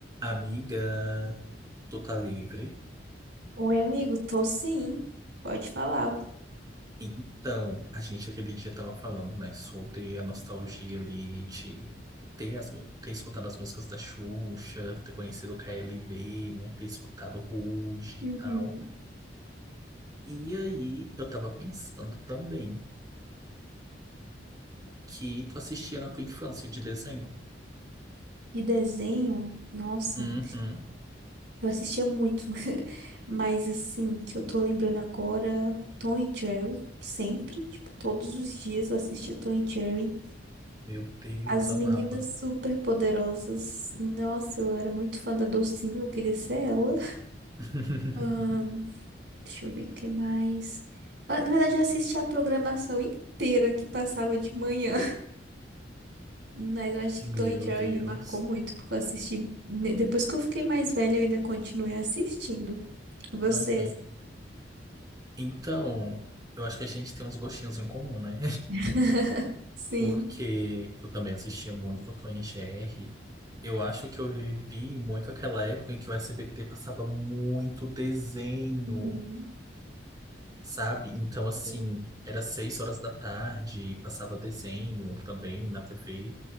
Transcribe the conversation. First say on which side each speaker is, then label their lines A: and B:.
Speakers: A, on the right; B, on the right.
A: Amiga, tu tá livre?
B: Oi, amigo, tô sim. Pode falar.
A: Então, a gente aquele dia tava falando, né, sobre a nostalgia ali de ter, as, mu- ter escutado as músicas da Xuxa, ter conhecido o KLB, né, ter escutado Ruge
B: Uhum.
A: e tal. E aí, eu tava pensando também que tu assistia na tua infância de desenho.
B: De desenho, nossa,
A: Uhum.
B: eu assistia muito. <laughs> Mas assim, que eu tô lembrando agora, Tom e Jerry, sempre, tipo, todos os dias eu assistia Tom e Jerry.
A: Meu Deus,
B: As
A: amava.
B: meninas super poderosas. Nossa, eu era muito fã da Docinho, eu queria ser ela.
A: <laughs>
B: Ahn, deixa eu ver o que mais. Ah, Na verdade, eu assistia a programação inteira que passava de manhã. Mas eu acho que
A: Meu
B: Tom e Jerry
A: Deus.
B: me marcou muito, porque eu assisti. me- Depois que eu fiquei mais velha, eu ainda continuei assistindo. Vocês?
A: Aham. Então, eu acho que a gente tem uns gostinhos em comum, né?
B: <laughs> Sim.
A: porque eu também assistia muito o Tom e Jerry. Eu acho que eu vivi muito aquela época em que o SBT passava muito desenho,
B: Uhum.
A: sabe? Então, assim,
B: Sim.
A: era seis horas da tarde, passava desenho também na TV.